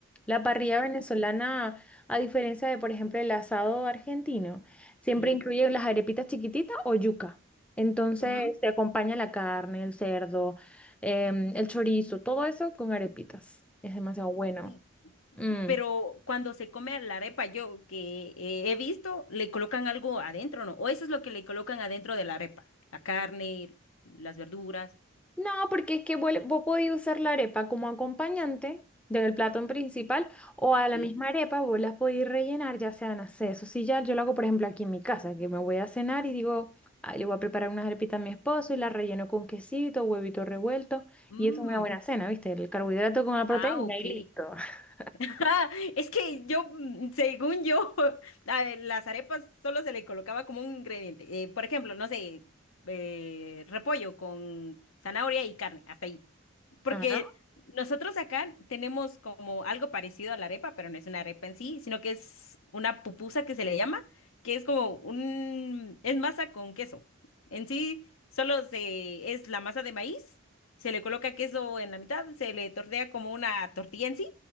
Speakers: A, in the centre; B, on the left.
A: La parrilla venezolana,
B: ok.
A: a diferencia de, por ejemplo, el asado argentino, siempre
B: Sí.
A: incluye las arepitas chiquititas o yuca. Entonces
B: Ujú.
A: se acompaña la carne, el cerdo, em, el chorizo, todo eso con arepitas. Es demasiado bueno.
B: Uy,
A: Mm.
B: pero cuando se come a la arepa, yo que eh, he visto, le colocan algo adentro, ¿no? O eso es lo que le colocan adentro de la arepa, la carne, las verduras,
A: No, porque es que vuel- vos podés usar la arepa como acompañante del plato principal o a la
B: ¿sí?
A: misma arepa vos las podés rellenar, ya sea, no sé, eso sí, ya yo lo hago, por ejemplo, aquí en mi casa, que me voy a cenar y digo, "Ay, le voy a preparar unas arepitas a mi esposo y las relleno con quesito, huevito revuelto
B: Mm,
A: y eso es una buena cena, ¿viste? El carbohidrato con la proteína
B: ah, ok.
A: y listo. <laughs>
B: <laughs> Ah, es que yo, mm, según yo, <laughs> a ver, las arepas solo se le colocaba como un ingrediente. Eh, por ejemplo, no sé, eh, repollo con zanahoria y carne, hasta ahí. Porque
A: Ajá,
B: nosotros acá tenemos como algo parecido a la arepa, pero no es una arepa en sí, sino que es una pupusa que se le llama, que es como un, es masa con queso. En sí, solo se, es la masa de maíz, se le coloca queso en la mitad, se le tortea como una tortilla en sí